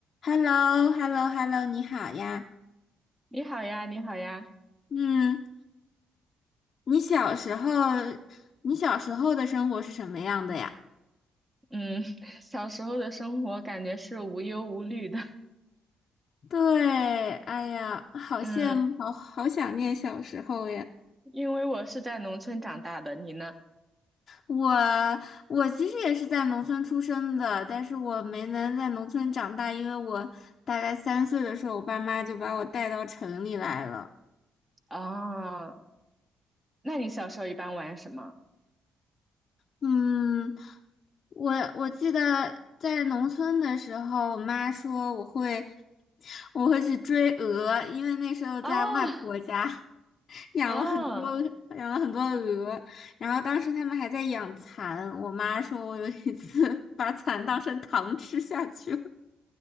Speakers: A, on the left (about 50°); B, on the right (about 15°).
A: h e l l o h e l l o h e l l o 你好呀。
B: 你好呀，你好呀，
A: 嗯，你小时候，你小时候的生活是什么样的呀？
B: 嗯，<laughs> 小时候的生活感觉是无忧无虑的，
A: 对，哎呀，
B: <laughs>
A: 好羡慕，
B: 嗯，
A: 好好想念小时候呀。
B: 因为我是在农村长大的，你呢？
A: 我我其实也是在农村出生的，但是我没能在农村长大，因为我大概三岁的时候，我爸妈就把我带到城里来了。
B: 啊，那你小时候一般玩什么？
A: 嗯，我我记得在农村的时候，我妈说我会我会去追鹅，因为那时候在外婆家
B: 啊
A: <laughs> 养了很多
B: 啊
A: 养了很多鹅，然后当时他们还在养蚕，我妈说我有一次 <laughs> 把蚕当成糖吃下去了。